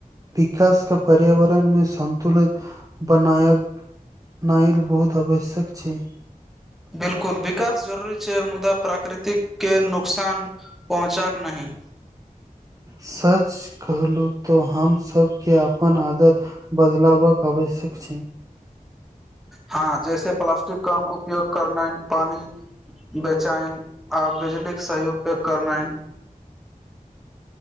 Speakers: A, on the right; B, in the centre.
A: विकासके पर्यावरणमे सन्त- -तुलन बनायब नाएल बहुत आवश्यक छै।
B: बिल्कुल विकास जरुरी छै मुदा प्राकृतिकके नुकसान पहुँचक नहि
A: सच कहलूँ तऽ हम सबके आब अपन आदत बदल बाक आवश्यक छे
B: हाँ जैसे प्लासस्टिक कम उपयोग करैनाइ पानी बेचैन आ बिजलीके सही उपयोग करनाइ